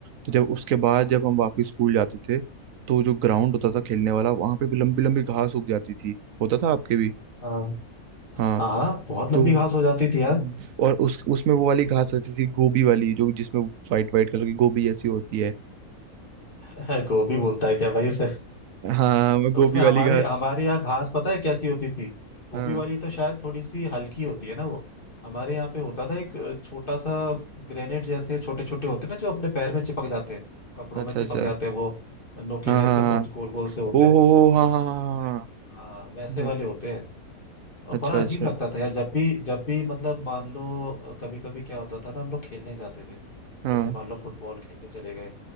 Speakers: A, on the right (about 70°); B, on the left (about 35°).
A: तो जब उसके बाद जब
B: हाँ
A: हम वापस स्कूल जाते थे तो जो ग्राउंड होता था खेलने वाला वहां पे भी लंबी लंबी घास उग जाती थी होता था आपके भी
B: हाँ
A: हाँ
B: हाँ हाँ बहुत लंबी
A: तो
B: घास हो जाती थी यार
A: व- और उस उसमें वो वाली घास रहती थी गोभी वाली जो जिसमें वाइट वाइट कलर की गोभी ऐसी होती है
B: <laughs> गोभी बोलता है क्या भाई उसे?
A: हाँ वो गोभी
B: उसमें
A: वाली
B: हमारे
A: घास
B: हमारे यहाँ घास पता है कैसी होती थी गोभी
A: हाँ
B: वाली तो शायद थोड़ी सी हल्की होती है ना वो हमारे यहाँ पे होता था एक अ, छोटा सा ग्रेनेड जैसे छोटे छोटे होते हैं ना जो अपने पैर में चिपक जाते हैं कपड़ों
A: अच्छा
B: में चिपक
A: अच्छा
B: जाते हैं वो नोकीले
A: हाँ हाँ
B: से
A: हाँ
B: कुछ गोल गोल से होते
A: ओ
B: हैं
A: हो हो हाँ
B: हाँ
A: हाँ हाँ
B: वैसे
A: हाँ हाँ, हाँ।
B: हाँ, वैसे
A: ये,
B: वाले होते हैं और
A: अच्छा
B: बड़ा
A: अच्छा
B: अजीब लगता था यार जब भी जब भी मतलब मान लो कभी कभी क्या होता था ना हम लोग खेलने जाते थे
A: हाँ
B: जैसे मान लो फुटबॉल खेलने चले गए